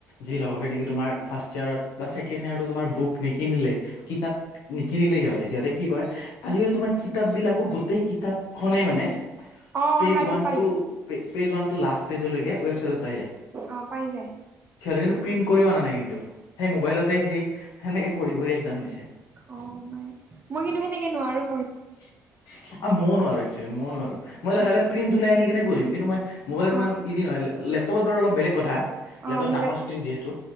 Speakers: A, on the left; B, on the right.
A: যি লগৰ নি- কি তোমাৰ ফাৰ্ষ্ট ইয়েৰত বা ছেকেণ্ড ইয়েৰতো তোমাৰ বুক নিকিনিলেই, কিতাপ নিকিনিলেই সিহঁতে, সিহঁতে কি কৰে আজি কালি তোমাৰ কিতাপ বিলাকো গোটেই কিতাপ খনেই মানে,
B: অ
A: পেজ
B: অনলাইনত
A: ওৱান
B: পাই
A: টু,
B: যায়
A: পেজ ওৱান টু লাষ্ট পেজলৈকে ৱেবচাইটত পাই যায়।
B: অ', পাই যায়।
A: সিহঁতে কিন্তু প্ৰিণ্ট কৰি অনা নাই কিন্তু, সেই মোবাইলতে সেই সেনেকে পঢ়ি পঢ়ি একজাম দিছে।
B: অ', মাই, মই কিন্তু সেনেকে নোৱাৰোঁ‌।
A: আহ, মই নোৱাৰোঁ‌ একশ্যৱেলি, মই নোৱাৰোঁ‌, মই লগালে
B: উম
A: প্ৰিণ্ট ওলাই আনি কিনে পঢ়িম, কিন্তু মই মোবাইলত
B: অ
A: ইমান ইজি নহয়, লেপ-লেপটপত ধৰ অলপ বেলেগ কথা।
B: অ',
A: লেপটপ
B: মিলেক
A: ডাঙৰ স্ক্ৰীণ যিহেতু